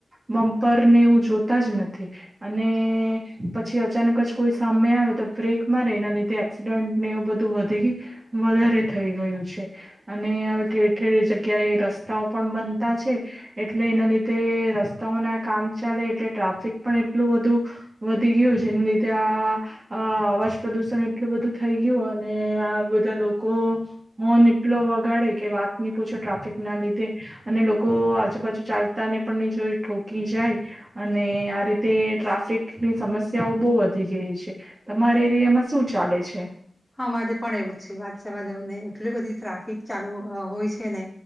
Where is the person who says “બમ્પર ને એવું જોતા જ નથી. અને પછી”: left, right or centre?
Right